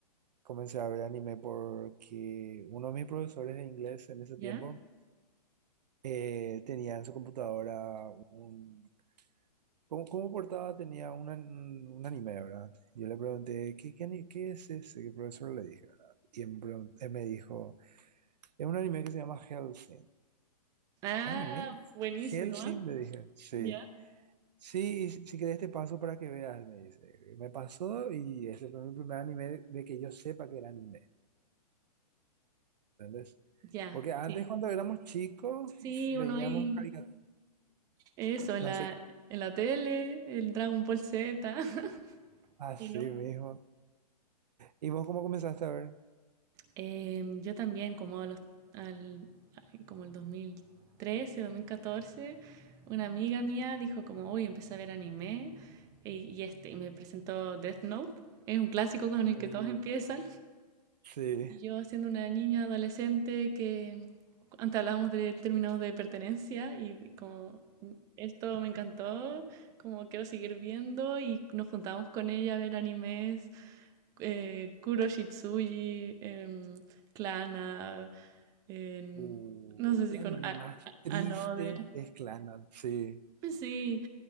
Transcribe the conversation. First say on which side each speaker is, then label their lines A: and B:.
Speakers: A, on the right (about 75°); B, on the right (about 15°).
A: comencé a ver anime porque uno de mis profesores de inglés en ese
B: ¿Ya?
A: tiempo eh, tenía en su computadora un... Como, como portada tenía un, an- un anime, ¿verdad? Yo le pregunté, ¿qué, qué, ani- qué es ese? que el profesor le dije? ¿verdad? Y él me, pregun- él me dijo, es un anime que se llama Hellsing.
B: Ah,
A: ¿Anime?
B: buenísimo,
A: ¿Hellsing?
B: ¿ah?
A: Le dije. Sí.
B: ¿Ya?
A: Sí, si querés te paso para que veas, me dice. Me pasó y ese fue mi primer anime de que yo sepa que era anime, ¿entendés?
B: Ya,
A: Porque antes
B: sí.
A: cuando éramos chicos
B: Sí,
A: veíamos
B: uno ahí...
A: caricaturas.
B: Eso, en
A: no
B: la,
A: sé,
B: en la tele, el Dragon Ball Z. <laughs>
A: así
B: ¿Y no?
A: mismo. ¿Y vos cómo comenzaste a ver?
B: Em, yo también, como a los, al, ay, como el dos mil trece, dos mil catorce una amiga mía dijo como, uy, empecé a ver anime y, y este, y me presentó Death Note. Es un clásico con el
A: Uh,
B: que todos empiezan.
A: sí.
B: Yo siendo una niña adolescente que antes hablábamos de términos de pertenencia y como esto me encantó, como quiero seguir viendo y nos juntábamos con ella a ver animes, eh, Kuro Shitsuji, em, Clana, en-
A: Uh,
B: no sé si
A: ¿qué
B: con
A: anime
B: a-
A: más
B: a-
A: triste?
B: Another.
A: Es Clannad. Sí.
B: Sí,